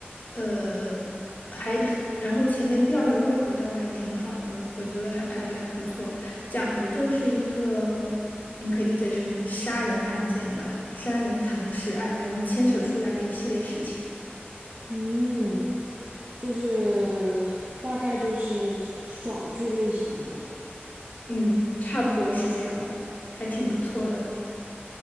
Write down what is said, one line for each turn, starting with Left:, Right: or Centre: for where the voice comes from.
Left: 呃，还 <laughs> 然后前面吊人胃口吊的还挺好的，我觉得还拍的还不错。讲的就是一个，你可以理解成杀人案件吧，杀人藏尸案，然后牵扯出来的一系列事情。
Right: 嗯，就是大概就是爽剧类型的嘛。
Left: 嗯，差不多是这样的，还挺不错的。